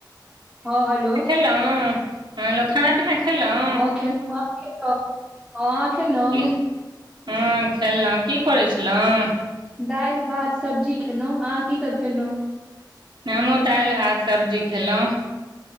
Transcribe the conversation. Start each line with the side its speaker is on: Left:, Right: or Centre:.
Centre: हँ हलो
Right: लौं ह एलौं खाना-पीना खेलौं
Centre: हँ ह खे <unintelligible>
Right: की हँ खेलौं की करै छलौं
Centre: दालि भात सब्जी खेनौं अहाँ की सब खेनौं
Right: हमु दालि भात सब्जी खेलौं